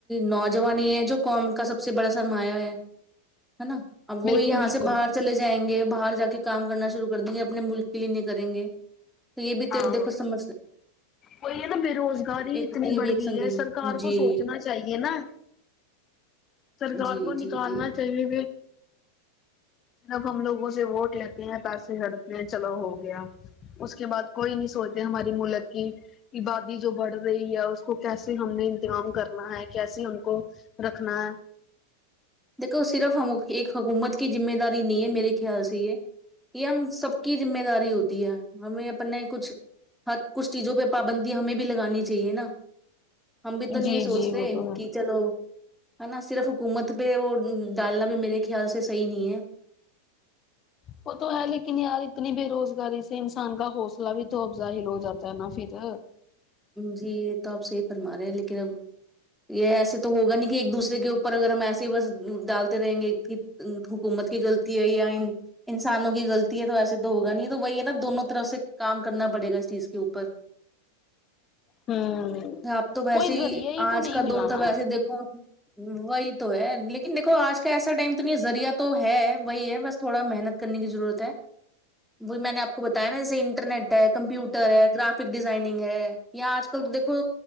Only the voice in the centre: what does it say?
نوجوان ہی ہے جو قوم کا سب سے بڑا سرمایہ ہے ہے نا اب وہی
یہاں
سے باہر چلے جائیں گے باہر جا کے کام کرنا شروع کر دیں گے اپنے ملک کے لیے نہیں کریں گے تو یہ بھی تو
ایک دیکھو سمجھ
ایک
یہ
بھی ایک
سنگین
جی
جی
جی
جی
دیکو صرف ہم ایک حکومت کی ذمے داری نہیں ہے میرے خیال سے یہ یہ ہم سب کی ذمہ داری ہوتی ہے ہمیں اپنے کچھ ہر کچھ چیزوں پہ پابندی ہمیں بھی لگانی چاہیے نا ہم بھی تو نہیں
یہ سوچتے
کہ چلو ہے نا صرف حکومت پہ وہ ڈالنا بھی میرے خیال سے سہی نہیں ہے
جی یہ تو آپ صحیح فرما رہے ہیں لیکن اب یہ ایسے تو ہوگا نہیں کہ ایک دوسرے کے اوپر اگر ہم ایسے ہی بس ڈالتے رہیں گے حکومت کی غلطی ہے یا انسانوں کی غلطی ہے تو وسے تو ہوگا نہیں تو وہی ہے نا دونوں طرف سے کام کرنا پڑے گا اس چیز کے اوپر
آپ تو ویسے
ہی آج
کا
دور تو
ویسے ہی دیکھو وہی تو ہے لیکن دیکھو آج کا ایسا ٹائم تو نہیں ذریعہ تو ہے وہی ہے بس تھوڑا محنت کرنے کی ضرورت ہے وہ بھی میں نے آپ کو بتایا نا جیسے انٹرنیٹ ہے کمپیوٹر ہے گرافک ڈیزائنگ ہے یا آج کل دیکو